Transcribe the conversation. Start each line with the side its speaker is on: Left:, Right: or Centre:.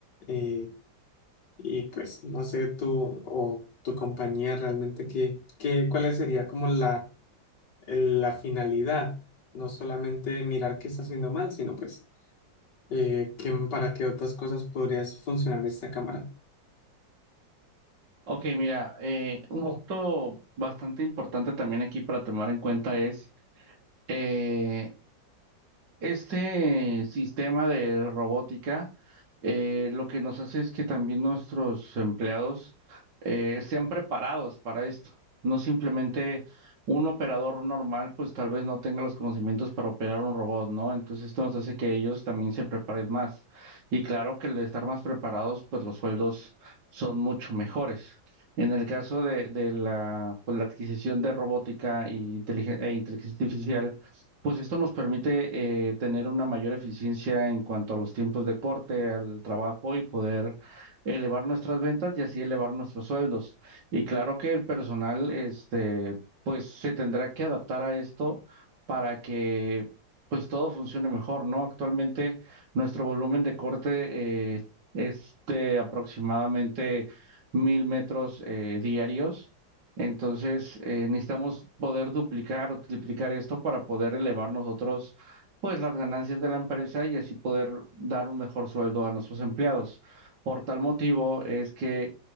Left: eh, y pues no sé tú o tu compañía realmente qué, qué, cuál sería como la, el- la finalidad. No solamente mirar qué está haciendo mal, sino pues eh, qué- para qué otras cosas podría funcionar esta cámara.
Right: Ok, mira, eh, un punto bastante importante también aquí para tomar en cuenta es eh, Este sistema de robótica eh, lo que nos hace es que también nuestros empleados eh, sean preparados para esto. No simplemente un operador normal, pues tal vez no tenga los conocimientos para operar un robot, ¿no? Entonces esto nos hace que ellos también se preparen más. Y claro que al estar más preparados, pues los sueldos son mucho mejores. En el caso de, de la, pues, la adquisición de robótica y inteligen- e inteligencia artificial, pues esto nos permite eh, tener una mayor eficiencia en cuanto a los tiempos de corte, al trabajo y poder elevar nuestras ventas y así elevar nuestros sueldos. Y claro que el personal, este, pues se tendrá que adaptar a esto para que pues todo funcione mejor, ¿no? Actualmente nuestro volumen de corte eh, es de aproximadamente mil metros eh, diarios. Entonces, eh, necesitamos poder duplicar o triplicar esto para poder elevar nosotros, pues, las ganancias de la empresa y así poder dar un mejor sueldo a nuestros empleados. Por tal motivo es que